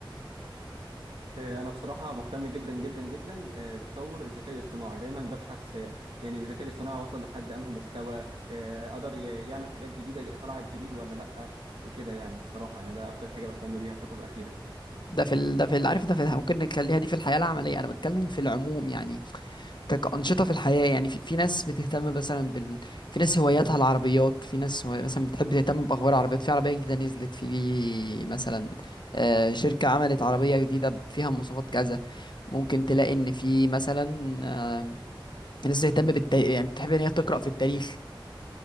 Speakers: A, on the right; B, on the left.
A: آه، أنا بصراحة مهتم جدا جدا جدا آه، بتطور الذكاء الاصطناعي دايما ببحث آه، يعني الذكاء الاصطناعي وصل لحد أنهي مستوى آه، قدر ي- يعمل حاجات جديدة طلعت جديد ولا لأ وكده يعني الصراحة يعني ده أكتر حاجة بهتم بيها الفترة الأخيرة
B: ده في ال... ده في ال... عارف ده في ال- ممكن نخليها دي في الحياة العملية انا بتكلم في العموم يعني ك- كأنشطة في الحياة يعني في, في ناس بتهتم مثلا بال... في ناس هواياتها العربيات في ناس هو... مثلا بتحب تهتم بأخبار العربيات في عربية جديدة نزلت في مثلا آه، شركة عملت عربية جديدة فيها مواصفات كذا ممكن تلاقي إن في مثلا آه، ناس بتهتم بالتاريخ يعني بتحب إن هي تقرأ في التاريخ